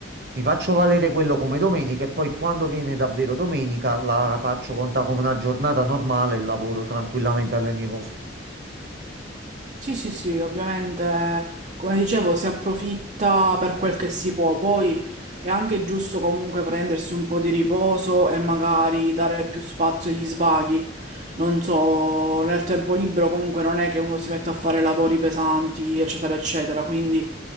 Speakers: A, on the right; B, on the right.
A: mi faccio valere quello come domenica e poi quando viene davvero domenica la faccio conta come una giornata normale e lavoro tranquillamente alle mie cose.
B: Sì, sì, sì, ovviamente, come dicevo, si approfitta per quel che si può, poi è anche giusto comunque prendersi un po' di riposo e magari dare più spazio agli svaghi. Non so, nel tempo libero comunque non è che uno si metta a fare lavori pesanti, eccetera, eccetera, quindi